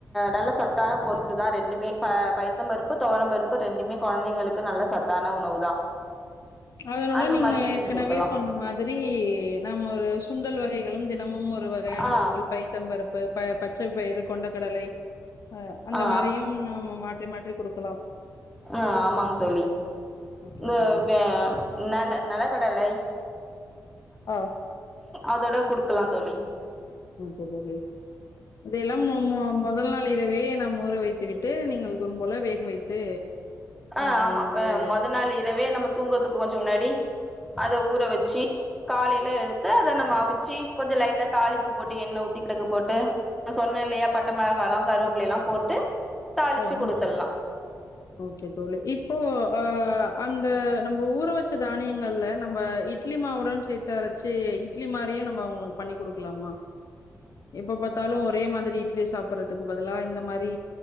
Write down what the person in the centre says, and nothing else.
நல்ல சத்தான பொருள் தான் ரெண்டுமே பல பைத்த பருப்பு தோர பருப்பு ரெண்டுமே கொழந்தைங்களுக்கு நல்ல சத்தான உணவு தான்
அந்த
மாரி செஞ்சு
குடுக்கலாம்
ஆ
ஆ
ஆஹ் ஆமாங்க தோழி <unintelligible>
வ நல்ல நலக்கடலை
அதோட குடுக்கலாம் தோழி
ஆஹ்
ஆமா
மொதல் நாள் இரவே நம்ம தூங்கத்துக்கு கொஞ்சோ முன்னாடி அத ஊற வச்சு காலையிலா எடுத்தா அத நம்ம அவிச்சு கொஞ்சம் லைட்டா தாளிப்பு போட்டு எண்ணெய் ஊத்தி கடுகு போட்டு சொன்ன இல்லையா பட்ட மிளகாயல்லாம் கருவேப்பிலை
எல்லாம் போட்டு தாளிச்சு
குடுத்துடலாம்